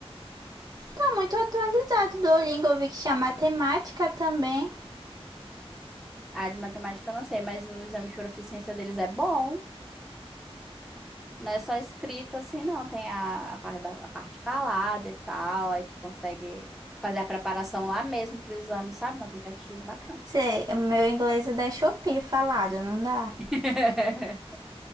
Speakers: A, on the right (about 40°); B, in the centre.
A: tá muito atualizado. O Duolingo eu vi que tinha matemática também.
B: a de matemática eu não sei, mas o exame de proficiência deles é bom. Não é só escrito assim, não. Tem a, a parte da, a parte falada e tal. Aí tu consegue fazer a preparação lá mesmo pro exame, sabe? No aplicativo, bacana.
A: Sei, o meu inglês é da Shopee falado, não dá.
B: <laughs>